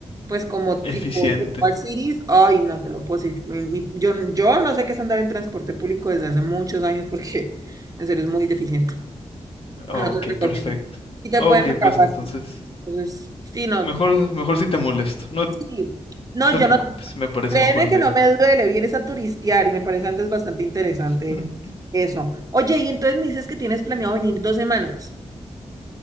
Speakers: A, on the right (about 30°); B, on the left (about 50°).
A: pues como tipo
B: Eficiente.
A: Smart Cities, ay, no te lo puedo decir. mi- mi- yo, yo no sé qué es andar en transporte público desde hace muchos años porque <laughs> en serio es muy deficiente.
B: Ok,
A: No te lo recomiendo.
B: perfecto.
A: Y te
B: Ok,
A: pueden regalar
B: pues
A: fácil.
B: entonces.
A: Entonces, sí,
B: Mejor,
A: no,
B: mejor si te molesto. No
A: sí. No,
B: te
A: yo
B: preocupes,
A: no
B: me parece
A: Créeme
B: mejor idea.
A: que no me duele, vienes a turistear y me parece antes bastante interesante
B: <laughs>
A: eso. Oye, y entonces me dices que tienes planeado venir dos semanas.